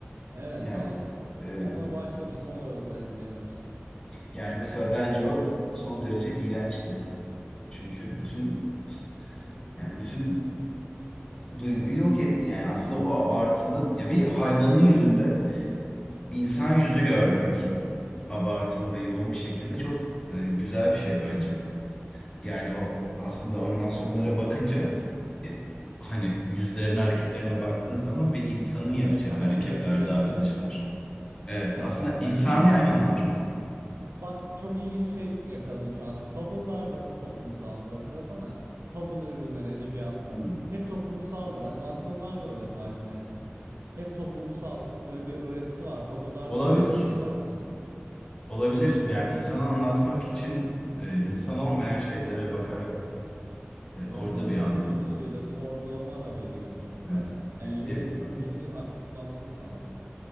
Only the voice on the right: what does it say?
Evet
ama
ona başlamıştım o da o kadar izleyememiştim.
<laughs>
E, sana
bir duygu temsil
ediyor.
Evet,
sen aslında
bir, bir ne-
Bak çok ilginç bir şey yakaladım şu anda. Fable'lar da toplumsaldır hatırlasana. Fable ürünleri edebiyatta.
Hep toplumsaldır. Animasyonlar da öyle farkındaysan. Hep toplumsal böyle bir öğretisi var. Fable'larda
da aynı şey vardı.
Evet empati
duygusuyla
sorgulama da veriyor bir noktada.
Yani yo-
insanın zihnini aktif kullanmasını sağlıyor.